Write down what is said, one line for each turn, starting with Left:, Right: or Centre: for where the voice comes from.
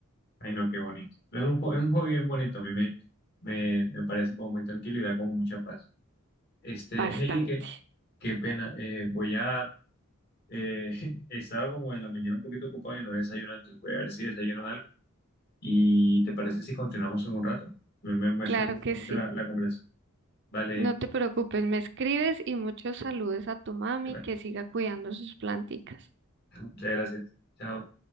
Left: Ay, no, qué bonito. Es un, po- es un hobby bien bonito. A mí me, me, me parece como muy tranquilo y da como mucha paz. Este,
Right: bastante.
Left: Heidi, qué, qué pena. Eh, voy a... eh, <laughs> he estado como en la mañana un poquito ocupado y no he desayunado, entonces voy a ver si desayuno algo. ¿Y te parece si continuamos en un rato? Me, me, me
Right: Claro
Left: gustó
Right: que
Left: mucho
Right: sí.
Left: la, la conversación. Vale.
Right: No te preocupes, me escribes y muchos saludos a tu mami
Left: igual.
Right: que siga cuidando sus planticas.
Left: Muchas gracias. Chao.